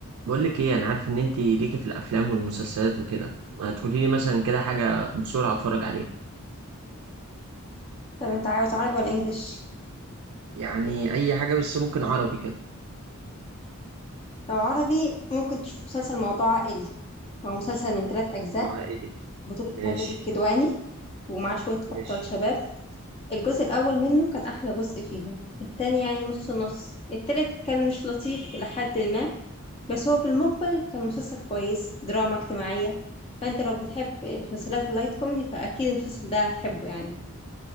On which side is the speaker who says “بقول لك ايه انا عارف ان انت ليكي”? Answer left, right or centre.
Right